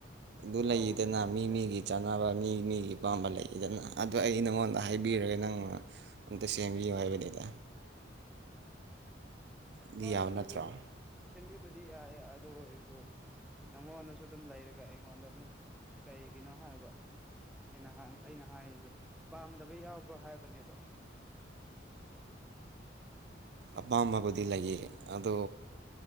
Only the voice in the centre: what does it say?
ꯇꯧꯔꯨꯗꯅ ꯑꯗꯨꯗꯤ
ꯍꯣꯏ
ꯁꯦꯝ
<unintelligible> ꯁꯦꯝꯕꯤꯕꯗꯤ ꯌꯥꯏꯌꯦ ꯑꯗꯨ ꯑꯣꯏꯔꯁꯨ ꯅꯪꯉꯣꯟꯗꯁꯨ ꯑꯗꯨꯝ ꯂꯩꯔꯒ ꯑꯩꯉꯣꯟꯗ ꯑꯃꯨꯛ ꯀꯩꯒꯤꯅꯣ ꯍꯥꯏꯕ ꯑꯩꯅ ꯍꯪ ꯑꯩꯅ ꯍꯥꯏꯔꯤꯁꯦ ꯄꯥꯝꯗꯕ ꯌꯥꯎꯕ꯭ꯔꯣ ꯍꯥꯏꯕꯅꯦꯕ